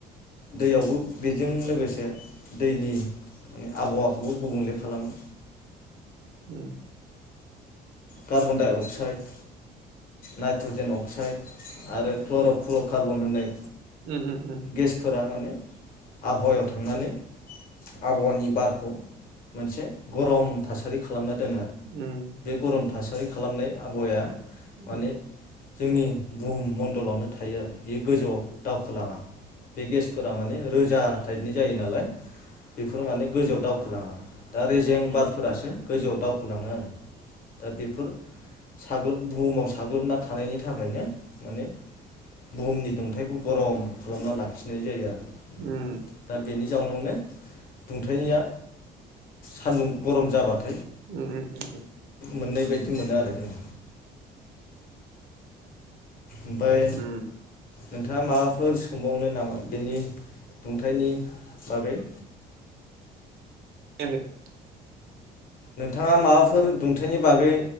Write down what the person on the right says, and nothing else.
उम।
उम
उम।
उम।
उम।
उम उम उम-उम
उम
खोनायाखै